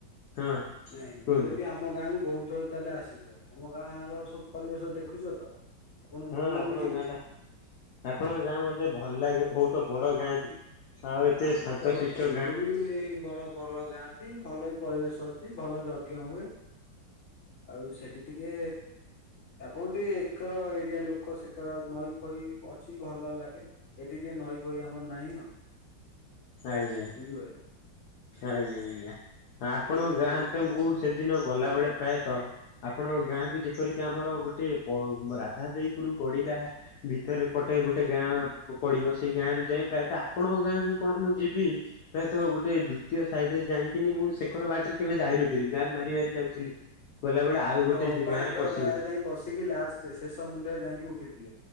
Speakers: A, on the left; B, on the left.
A: ହଁ
B: ନାଇଁ ମୁଁ
A: କୁହନ୍ତୁ
B: କହିଲି, ଆମ ଗାଁ କୁ ବହୁତ ଥର ତାହେଲେ ଆସିଛ। ଆମ ଗାଁ ର ସବୁ ପରିବେଶ ଦେଖୁଛ ତ। ଆପଣଙ୍କୁ
A: ହଁ
B: ଭଲ ଲାଗୁଛି?
A: ଆପଣଙ୍କ ଗାଁ ଟା ଆପଣଙ୍କ ଗାଁ ମତେ ଭଲ ଲାଗେ, ବହୁତ ବଡ ଗାଁ ବି। ଆଉ ଏତେ
B: ହଁ ଆମର
A: ଶାନ୍ତଶିଷ୍ଟ
B: ତ <unintelligible> ତମର
A: ଗାଁ
B: ବି ବଡ ଭଲ ଗାଁଟି ଭଲ ବି ପରିବେଶ। ଅଛି ଭଲ ଯଜ୍ଞ ହୁଏ। ଆଉ ସେଠି ଟିକେ ଆପଣ ଟିକେ ଏକର ଏରିଆ ଲୋକ, ସେକର ନଈ ଫଇ ଅଛି ଭଲ ଲାଗେ। ଏଠି ଟିକେ ନଈ ଫଇ ଆମର ନାହି ଆଉ।
A: ଆଜ୍ଞ
B: ବୁଝିପାରିଲ ହଁ
A: ଆଜ୍ଞା ଆଜ୍ଞା।
B: ସେଇ
A: ଆପଣଙ୍କ
B: ଯୋଉ ଟିକେ
A: ଗାଁ ତ, ମୁଁ ସେଦିନ ଗଲାବେେଳେ ପ୍ରାୟତଃ ଆପଣ ଗାଁକୁ ଯେପରିକି ଆମର, ଗୋଟେ ପ ରାଧାଦେପୁର ଗଡିଲା ଭିତରେ ପ ଗୋଟେ ଗୋଟେ ଗାଁ ପଡିବ ।ସେଇ ଗାଁରୁ ଯାଇ ପ୍ରାୟତଃ ଆପଣଙ୍କ ଗାଁକୁ କଣ ମୁଁ ଯିବି ପ୍ରାୟତଃ ଗୋଟେ ଦ୍ୱିତୀୟ ସାଇଟରେ ଯାଇକିନି, ମୁଁ ଶେଖର ବାଟରେ କେବେ ଯାଇନଥିଲି, ଜାମ୍ ମାରି ମାରି ଯାଉଥିଲି। ଗଲାବେଳେ ଆଉ ଗୋଟେ
B: ଓ ହୋ ବାଙ୍କର
A: ଗାଁ ରେ ପଶିବ
B: ଗାଁରେ ଯାଇ ପଶିକି, ଲାଷ୍ଟ ଶେଷ ମୁଣ୍ଡରେ ଯାଇକି ଉଠିଥିଲେ।